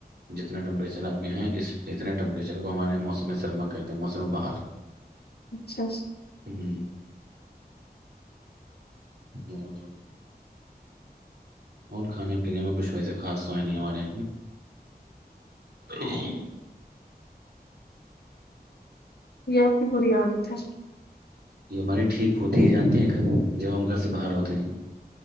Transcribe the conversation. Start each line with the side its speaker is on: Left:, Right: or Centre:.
Right: جتنا ٹمپریچر آپ کے ہیں اس اتنے ٹمپریچر کو ہمارے موسم سرما کہتے ہیں موسم بہار
Left: اچھا
Right: ہوں <inaudible> اور کھانے پینے میں کچھ ویسے خاص تو ہے نہیں ہمارے یہ
Left: یہ آپ کی بری عادت ہے
Right: یہ ہم ہماری ٹھیک ہوتی ہے جانتی ہیں کب جب ہم گھر سے باہر ہوتے ہیں